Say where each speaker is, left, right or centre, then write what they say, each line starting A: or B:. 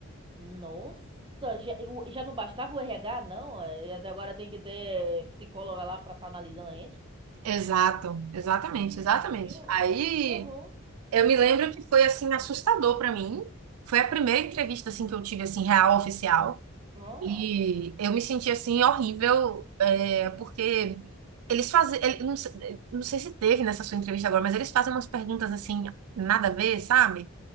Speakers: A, on the right; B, on the right.
A: Nossa, já, o- já não bastava o RH, não? Eh, Até agora tem que ter psicóloga lá pra estar analisando a gente?
B: Exato, exatamente,
A: Gente,
B: exatamente.
A: que, hor-
B: Aí
A: que horror.
B: eu me lembro
A: E,
B: que foi assim assustador para mim. Foi a primeira entrevista assim que eu tive assim real oficial
A: oh,
B: e eu me senti assim horrível, é, porque eles fazem, ele- não, sei- não sei se teve nessa sua entrevista agora, mas eles fazem umas perguntas assim nada a ver, sabe?